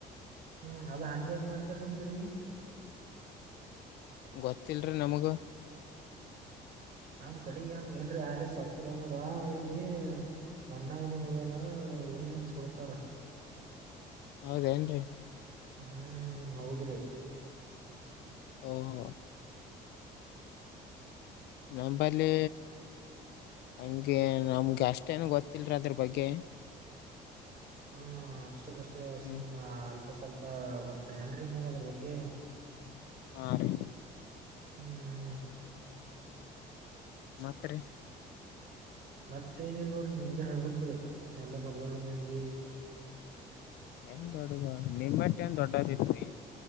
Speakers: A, on the right; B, on the left.
A: ಹ್ಮ್ ಅದು ಹಂಗ್ಯಾಂಗ ಮಾಡ್ತಾರ ನಿಮ್ ಕಡೆ
B: ಗೊತ್ತಲ್ರಿ ನಮಗ
A: ನಮ್ ಕಡೆ ಹಂಗ ಏನ್ ಯಾರ ಸತ್ರಂಗದ ಅವ್ರಿಗೆ ಮಣ್ಣಾಗದು ಹುಳಲ್ಲ ಉರಿ ಹತ್ ಸುಡ್ತಾರ
B: ಹೌದೇನ್ರಿ
A: ಹ್ಮ್ ಹೌದ್ರಿ
B: ಹ ಹಾ ನಂಬಲಿ ಹಂಗೆ ನಮ್ಗೆ ಅಷ್ಟೇನು ಗೊತ್ತಿಲ್ರ ಅದ್ರ ಬಗ್ಗೆ
A: ಹ್ಮ ಅಷ್ಟಕ್ಕಷ್ಟೇ
B: ಹ್ಮ್
A: ಸು್ ಅಲ್ಪ ಸ್ವಲ್ಪ ಗೊತ್ತನ್ರಿಗದ್ರ ಅ್ರ ಬಗ್ಗೆ
B: ಹಾ ರೀ
A: ಹ್ಮ್ ಹ್ಮ್
B: ಮಾತ್ರ
A: ಮತ್ತ ಏನಲ್ ನೋಡ್ರಿ ನಿಮ್ದ ಹೇಳ್ಬ್ರಿ ಎಲ್ಲಾ ದೊಡ್ ದೊಡ್ ಮಂದಿ
B: ಏನ್ ದೊಡ್ಗ ನಿಮ್ಮಟ್ಟ ನ್ ದೊಡ್ಡರ್ ಇಲ್ರಿ.